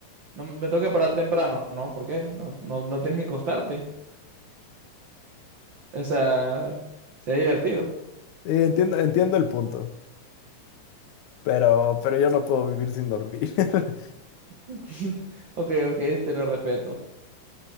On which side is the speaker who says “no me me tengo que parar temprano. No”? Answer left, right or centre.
Right